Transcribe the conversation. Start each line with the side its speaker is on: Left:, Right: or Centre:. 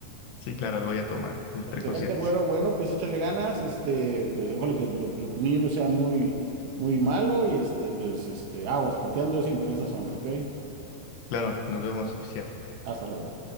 Left: Sí, claro, voy a tomar mis
Right: Excelente,
Left: precauciones.
Right: güero. Bueno, pues échale ganas, este, pues ojalá que lo, lo- tu niño no sea muy, muy malo y este, pues este, aguas, porque ando yo siempre en esa zona, ¿ok?
Left: Claro, nos vemos, oficial.
Right: Hasta luego.